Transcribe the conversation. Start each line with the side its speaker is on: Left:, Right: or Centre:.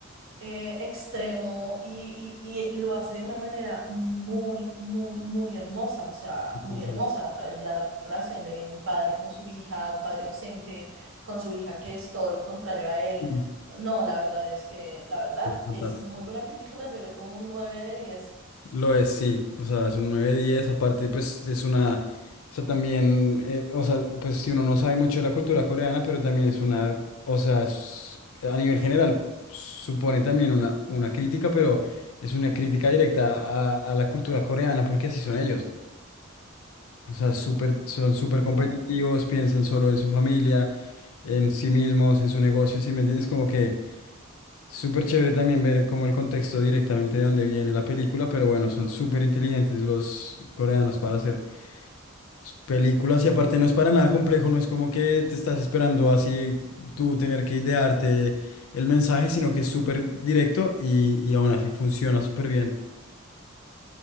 Right: eh, extremo y, y, y- y lo hace de una manera muy, muy, muy hermosa, o sea, muy
Left: Sí, sí.
Right: hermosa a través de la re- relación de un padre con su hija, un padre ausente con su hija que es todo lo contrario a él.
Left: Mm.
Right: No, la verdad es que, la verdad,
Left: Fantástico.
Right: es muy buena película, yo le pongo un nueve de diez
Left: Lo es, sí. O sea, es un nueve diez Aparte, pues es una. O sea, también. eh, o sea, pues si uno no sabe mucho de la cultura coreana, pero también es una. O sea, es- a nivel general, supone también una, una crítica, pero es una crítica directa a, a la cultura coreana, porque así son ellos. O sea, súper, son súper competitivos,
Right: Claro.
Left: piensan solo en su familia, en sí mismos, en su negocio. ¿Sí me entiendes? Como que. Súper chévere también ver como el contexto directamente de dónde viene la película, pero bueno, son súper inteligentes los coreanos para hacer s- películas y aparte no es para nada complejo, no es como que te estás esperando así tú tener que idearte el mensaje, sino que es súper directo y, y aún así funciona súper bien.